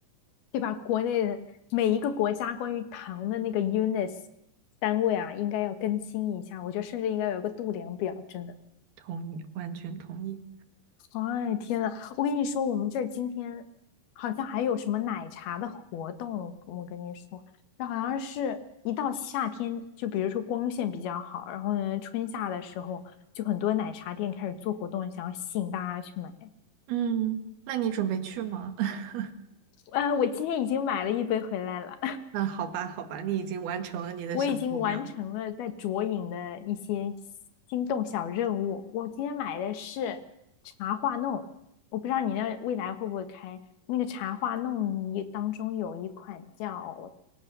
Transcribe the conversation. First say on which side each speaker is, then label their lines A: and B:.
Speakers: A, on the left; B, on the right.
A: 对吧？国内的每一个国家关于糖的那个 units 单位啊，应该要更新一下，我觉得甚至应该有一个度量表，真的。
B: 同意，完全同意。
A: 哎，天呐，我跟你说，我们这儿今天好像还有什么奶茶的活动，我跟你说，这好像是一到夏天，就比如说光线比较好，然后呢，春夏的时候，就很多奶茶店开始做活动，想要吸引大家去买。
B: 嗯，那你准备去吗？<laughs>
A: 嗯，我今天已经买了一杯回来了。
B: 那好吧，好吧，你已经完成了你的小目标。
A: 我已经完成了在卓影的一些心动小任务。我今天买的是茶话弄，我不知道你那未来会不会开那个茶话弄一当中有一款叫